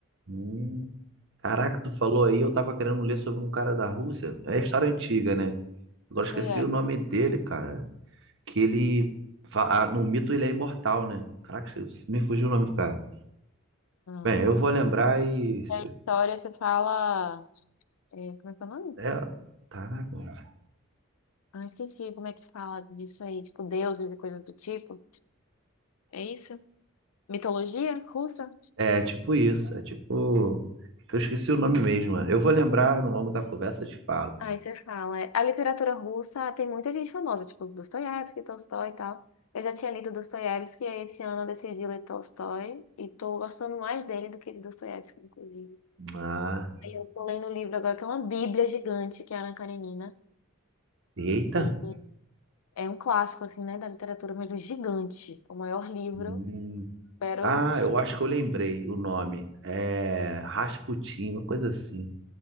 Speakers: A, on the right; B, on the left.
A: Hum. Caraca, tu falou aí, eu tava querendo ler sobre um cara da Rússia. É história antiga, né? Agora
B: Dostoiévski.
A: esqueci o nome dele, cara. Que ele. fa- ah, No mito ele é imortal, né? Caraca, me fugiu o nome do cara.
B: Ah.
A: Bem, eu vou lembrar e. se-
B: E a história, você fala. é, como é que é o nome?
A: É... Caraca. mano.
B: Ah, esqueci como é que fala disso aí. Tipo, deuses e coisas do tipo. É isso? Mitologia russa?
A: É tipo isso. É tipo. Eu esqueci o nome mesmo. mano. Eu vou lembrar no longo da conversa, eu te falo.
B: Aí você fala, é, a literatura russa tem muita gente famosa, tipo Dostoiévski, Tolstói e tal. Eu já tinha lido Dostoiévski e aí esse ano eu decidi ler Tolstói e tô gostando mais dele do que de Dostoiévski, inclusive.
A: Ah,
B: Aí eu tô lendo um livro agora que é uma bíblia gigante, que é Ana Karenina.
A: eita.
B: E, e é um clássico, assim, né, da literatura, mas é gigante. O maior livro,
A: Hum.
B: pero...
A: Ah, eu acho que eu lembrei o nome. É Rasputin, uma coisa assim.